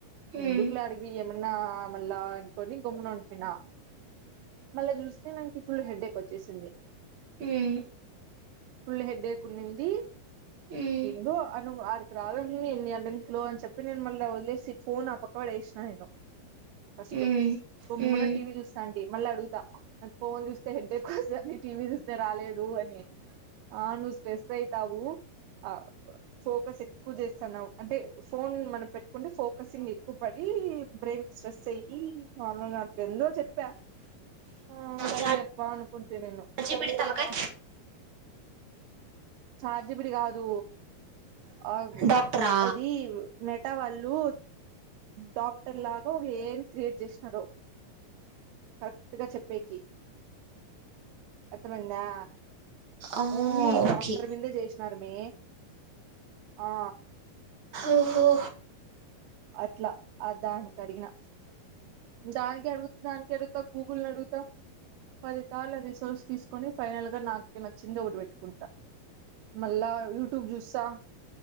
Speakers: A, on the right (about 45°); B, on the right (about 85°).
A: హ్మ్ హ్మ్
B: ఎందుకులె అడి బియ్యం మొన్నా మళ్ళా అనుకని గొమ్మిన పిన మళ్ళ జూస్తే ఫుల్ హెడ్ ఏక్ వచ్చేసింది
A: హ్మ్
B: ఫుల్ హెడ్ ఎక్ ఉన్నింది
A: హ్మ్
B: ఎందో అను ఆరు రారు అనుకొని ఎన్ని గంటలో అని చెప్పి నేన్ మళ్ళ వదిలేసి ఫోన్ ఆ పక్క పడేసిన నేను ఫస్
A: హ్మ్
B: బొమున్న
A: హ్మ్
B: టీవీ చూస్తాంటి మళ్ళ అడుగుతా ఫోన్ చూస్తే హెడ్డె ఏక్ వస్తుంది అని టీవీ చూస్తే రాలేదు అని ఆ నువ్ స్ట్రెస్ అయితావు ఆ ఫోకస్ ఎక్కువ జెస్తన్నావ్ అంటే ఫోన్ మనం పెట్టుకుంటే ఫోకసింగ్ ఎక్కువ పడి ఈ బ్రెన్ కి స్ట్రెస్ అయ్యి మాములు గా ఎందో చెప్పా ఆ సర్లే
A: చాట్
B: ప్పనుకుంటి నేను
A: జీపీటీ తలకాయ్
B: చార్ట్ జిపిటి కాదు ఆ
A: డాక్టరా
B: అదీ మె మెట వాళ్ళు డాక్టర్ లాగా ఒక ఏఐ క్రియేట్ జేసినరు కరెక్ట్ గ చెప్పేకి అర్థమైందా
A: ఆ
B: ఓన్లీ డాక్టర్
A: ఓకే
B: మీందే జేసినారు మే ఆ
A: ఓహో
B: అట్లా ఆ దానికి అడిగిన దానికె అడుగుతునాన్ కెడ్త గూగుల్ నడుగుతావ్ పది తార్ల రిసోర్స్ తీస్కొని ఫైనల్గా నాకే నచ్చింది ఒకటిబెట్టుకుంట మళ్ళా యూట్యూబ్ జూస్తా